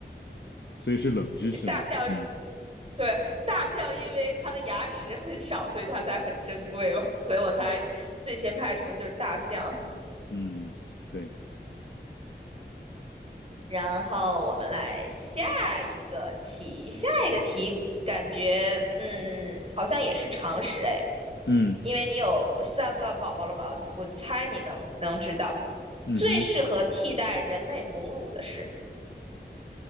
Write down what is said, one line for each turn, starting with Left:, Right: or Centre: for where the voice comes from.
Left: 所以是冷知识嘛？
Right: 大象是，
Left: 嗯
Right: 对，大象因为它的牙齿很少，所以它才很珍贵嘛，所以我才最先排除的就是大象。
Left: 嗯，对，
Right: 然后我们来下一个题，下一个题感觉嗯好像也是常识哎，
Left: 嗯
Right: 因为你有三个宝宝了嘛，我猜你能能知道最适合替代人类母乳的是。
Left: 嗯哼。